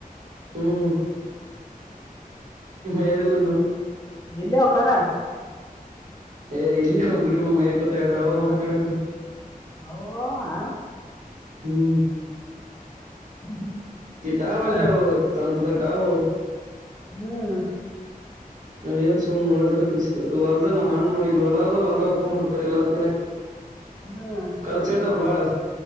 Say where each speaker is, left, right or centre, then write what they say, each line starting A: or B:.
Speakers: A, on the right; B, on the left.
A: ಹ್ಮ್ ಏನಿಲ್ಲ <unintelligible>
B: ಎಲ್ಲಾವ ಕರ
A: ಏ ಇಲೇ ಆವ ಗುಡಿ ಮುಂದ ಮೇಯಕುತವ ಎಡ್ ಅವ <unintelligible>
B: ಹೌ ಹವ್ ಹಾ
A: ಹ್ಮ್
B: <inaudible>
A: ಕಿಟ್ಟಾವಲೇ
B: ಹ್ಞೂ
A: ಅವು ಟೊಂಕದಟಾವವು
B: ಹ್ಮ್
A: ನಾವೇನ್ ಸುಮ್ ನೋಡೋದಿಲ್ಲ ಕಿಸೆದಿಲ್ಲ ಹೊಲ್ದ ನಮ್ಮಣ್ಣ ಇಲ್ ಹೊಲಾದ ಹಾಕ್ಕೊಂಬಿಡತ್ತಿದ ಬರೇ ಇಲ್ಲನ್ ತಿನಕ್ <inaudible>
B: ಹ್
A: ಕಳ್ಳ ಚಟಾದ ಬಾಳ್